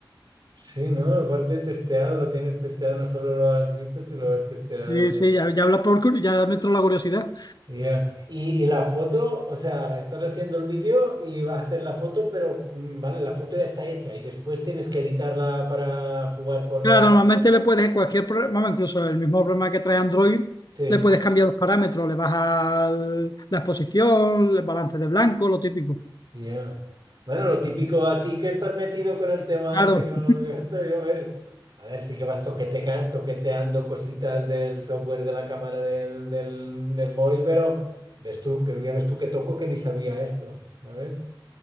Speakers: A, on the right; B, on the left.
A: Sí, ¿no? Aparte testeado, lo tienes testeado, no solo lo has visto, sino lo has testeado.
B: Sí, sí, ya, ya hablas por, cu- ya me entró la curiosidad.
A: Ya. Y, y la foto, o sea, estás haciendo el vídeo y va a hacer la foto, pero mm, vale, la foto ya está hecha y después tienes que editarla para jugar con
B: Claro,
A: los...
B: normalmente le puedes cualquier programa, incluso el mismo programa que trae Android,
A: Sí.
B: le puedes cambiar los parámetros, le bajas al- la exposición, el balance de blanco, lo típico.
A: Ya. Bueno, lo típico a ti que estás metido con el tema
B: Claro,
A: tecnológico, <laughs> esto, yo a ver, a ver, sí que vas toqueteca- toqueteando cositas del software de la cámara del, del, del móvil, pero ves tú, que ya ves tú que toco que ni sabía esto, ¿sabes?